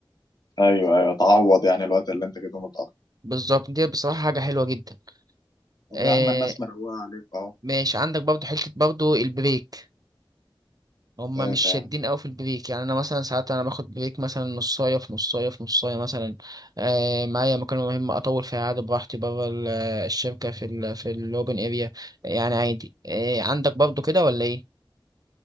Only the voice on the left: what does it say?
ايوه ايوه تعوض يعني الوقت اللي انت كده متأخر
طب
يا عم الناس مروقة عليك اهو
ايه
تاني